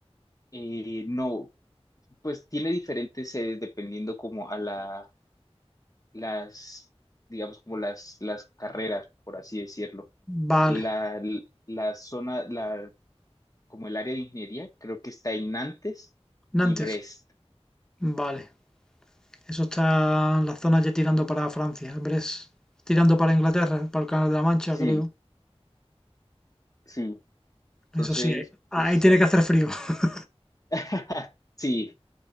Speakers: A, on the left (about 30°); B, in the centre.
A: Eh, no, pues tiene diferentes sedes dependiendo como a la, las, digamos, como las, las carreras, por así decirlo.
B: Vale.
A: La, la zona, la, como el área de ingeniería, creo que está en Nantes
B: Nantes.
A: y Brest.
B: Vale. Eso está en la zona ya tirando para Francia, Brest. Tirando para Inglaterra, para el Canal de la Mancha,
A: Sí,
B: creo.
A: sí. Entonces,
B: Eso sí, ahí, ahí
A: pues,
B: tiene que hacer frío. <laughs>
A: <laughs> sí,